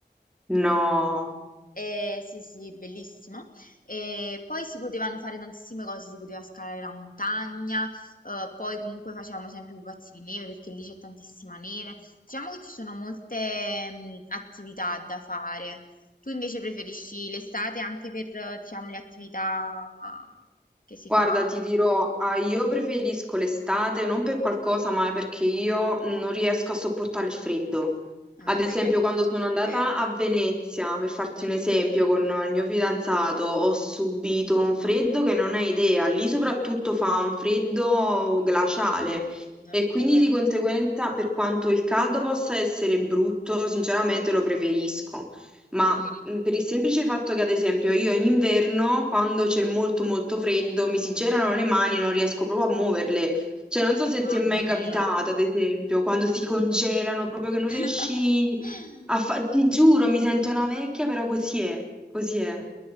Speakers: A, in the centre; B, on the left (about 50°).
A: No.
B: Eh, sì, sì, bellissimo. E poi si potevano fare tantissime cose, si poteva scalare la montagna, eh, poi comunque facevamo sempre i pupazzi di neve perché lì c'è tantissima neve. Diciamo che ci sono molte mh, attività da fare. Tu invece preferisci l'estate anche per, eh, diciamo, le attività che si
A: Guarda,
B: fa?
A: ti dirò, ah, io preferisco l'estate non per qualcosa, ma perché io non riesco a sopportare il freddo.
B: Ah,
A: Ad
B: ok.
A: esempio, quando sono andata
B: <laughs>
A: a Venezia, per farti
B: Mhm.
A: un esempio, con il mio fidanzato, ho subito un freddo che non hai idea. Lì soprattutto fa un freddo glaciale
B: Eh, Nord
A: e
B: Italia.
A: quindi di conseguenza, per quanto il caldo possa essere brutto, sinceramente lo preferisco. Ma
B: Mm.
A: Mm, Per il semplice fatto che, ad esempio, io in inverno, quando c'è molto molto freddo, mi si gelano le mani, non riesco proprio a muoverle. Cioè, non so se
B: Mamma
A: ti è mai capitato,
B: mia.
A: ad esempio, quando si congelano, proprio che non
B: <laughs>
A: riesci a fare... Ti giuro, mi sento una vecchia, però così è, così è.